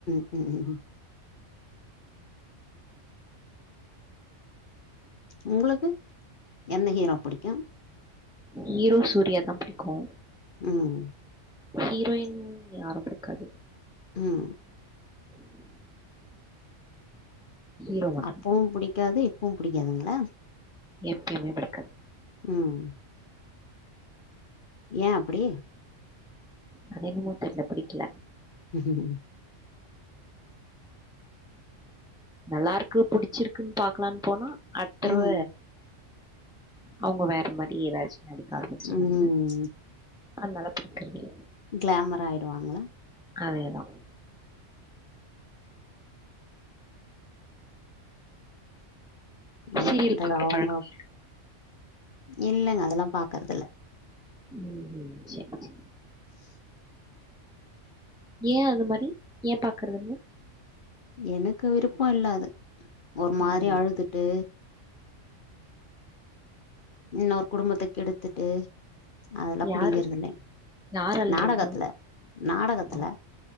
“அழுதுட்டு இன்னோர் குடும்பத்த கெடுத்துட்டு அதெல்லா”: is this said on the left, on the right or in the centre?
Left